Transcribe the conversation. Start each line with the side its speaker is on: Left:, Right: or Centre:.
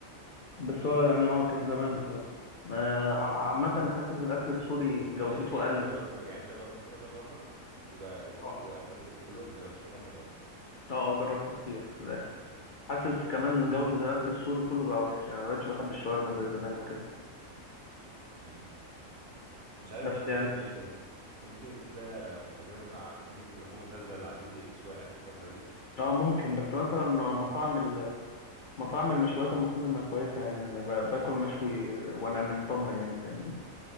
Left: بس هو يعني اه كان زمان بصراحة آه، عامة أنا حاسس الأكل السوري
Right: مستوى
Left: جودته
Right: اقل دي يعني
Left: قلت
Right: انت جربته يعني انت جربته كذا مره وب... وكل
Left: اه.
Right: واخر وكلهم حي- وحشين اخر مره
Left: اه اه جربته كتير في الاخر حاسس كمان جودة الاكل السوري كله بقى وحش يعني ما بقتش بحب الشاورما زي زمان وكده
Right: امم مش عارف
Left: بس
Right: ده ده
Left: يعني
Right: يمكن يتز... يمكن يكون ده متزامن مع كميه اللحوم الفاسده اللي قاعدين بيقفشوها اخر فتره دي
Left: اه ممكن بس مثلا مطاعم ال- مطاعم المشويات المفروض انها كويسة يعني انا ب- باكل مشوي وانا مطمن يعني فاهمني